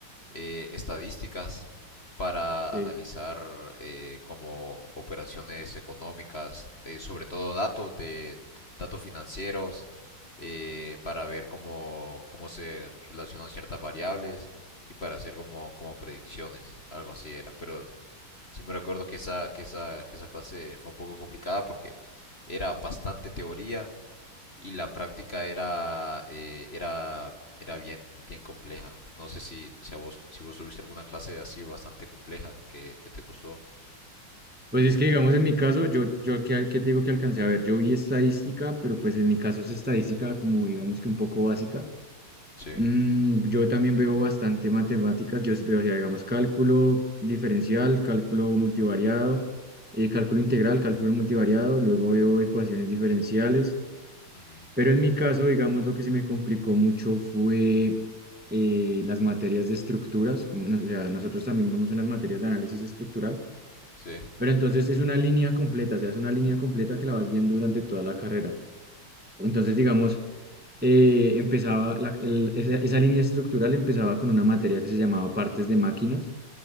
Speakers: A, on the left (about 30°); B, in the centre.
A: eh, estadísticas para analizar
B: Sí.
A: eh, como operaciones económicas, eh, sobre todo datos de datos financieros, eh, para ver cómo, cómo se relacionan ciertas variables y para hacer como, como predicciones, algo así era. Pero Sí me recuerdo que esa, que esa, que esa clase fue un poco complicada porque era bastante teoría y la práctica era, eh, era, era bien, bien compleja. No sé si, si a vos, si vos tuviste alguna clase así bastante compleja que, que te costó.
B: Pues es que, digamos, en mi caso, yo, yo ¿qué, qué te digo que alcancé a ver? Yo vi estadística, pero pues en mi caso es estadística como, digamos, que un poco básica.
A: Sí.
B: Mm, yo también veo bastante matemáticas, yo sí veo, o sea, digamos, cálculo diferencial, cálculo multivariado, eh, cálculo integral, cálculo multivariado, luego veo ecuaciones diferenciales.
A: Ujú.
B: Pero en mi caso, digamos, lo que se me complicó mucho fue eh, las materias de estructuras, como, no- o sea, nosotros también vemos unas materias de análisis estructural,
A: Sí,
B: pero entonces es una línea completa, o sea, es una línea completa que la vas viendo durante toda la carrera. Entonces, digamos, eh, empezaba, la- el- esa, esa línea estructural empezaba con una materia que se llamaba partes de máquinas,